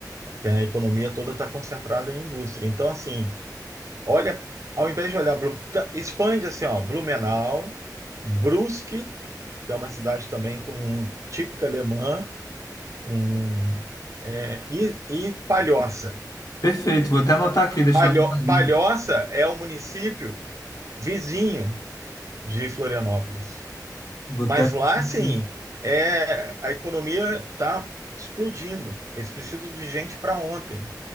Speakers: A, on the right; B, on the left.
A: Tem a economia toda está concentrada em indústria. Então, assim, olha, ao invés de olhar, Blum- tá- expande assim, ó, Blumenau, Brusque, que é uma cidade também com típica alemã, Hum. É, e, e Palhoça.
B: Perfeito, vou até anotar aqui, deixar
A: Palho,
B: anotadinho.
A: Palhoça é o município vizinho de Florianópolis.
B: Vou
A: Mas
B: até fechar
A: lá, sim,
B: aqui.
A: é, a economia está explodindo. Eles precisam de gente para ontem,